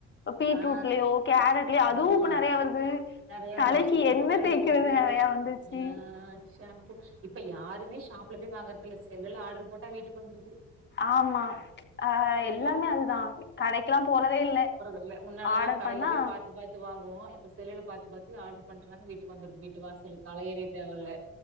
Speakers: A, on the left; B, on the right.
A: பீட்ரூட்லயோ
B: ஆ
A: கேரட்லயோ அதுவு
B: ஆமா
A: இப்ப நெறைய வருது
B: நெறைய
A: தலைக்கு
B: அவர் சிப்புக்கு
A: எண்ணெ
B: மேனி
A: தேய்க்கிறது
B: போத்தூ
A: நெறைய வந்துருச்சு
B: கிய்யா <unintelligible> ஷாம்பூ இப்ப யாருமே ஷாப்ல போய் வாங்கறது இல்ல செல்லுல ஆர்டர் போட்டா வீட்டுக்கு வந்துருது
A: ஆமா ஆ
B: அவ்ளதே
A: எல்லாமே அதுதான் கடைக்கெல்லா போறதே இல்ல
B: இல்ல முன்னாலெல்லா
A: ஆர்டர்
B: கடைல
A: பண்ணா
B: போய் பாத்து பாத்து வாங்குவோ இப்ப செல்லுல பாத்து பாத்து இப்யே ஆடர் பண்றாங்க வீட்டுக்கு வந்துருது வீட்டு வாசலுக்கலையவே தேவல்ல